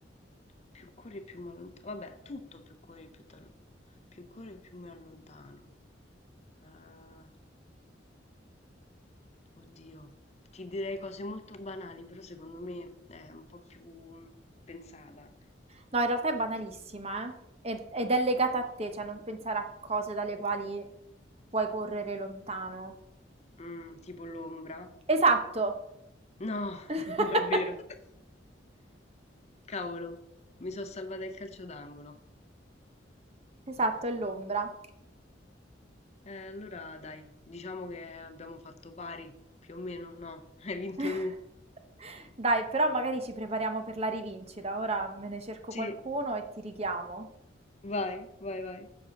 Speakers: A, on the left; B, on the right.
A: più corri, più mi allontano. Vabbè, tutto più corri, più, t'all- più corri, più mi allontano. Ah, oddio, ti direi cose molto banali, però secondo me è un po' più pensata.
B: No, in realtà è banalissima, eh? Ed, ed è legata a te, cioè non pensare a cose dalle quali puoi correre lontano.
A: Mm, tipo l'ombra.
B: Esatto,
A: No,
B: <laughs>
A: <laughs> davvero. Cavolo, mi sono salvata il calcio d'angolo.
B: esatto, è l'ombra.
A: Eh, allora dai, diciamo che abbiamo fatto pari, più o meno, no? <laughs> Hai vinto
B: <laughs>
A: tu.
B: Dai, però magari ci prepariamo per la rivincita. Ora me ne cerco
A: Sì,
B: qualcuno e ti richiamo.
A: vai, vai, vai.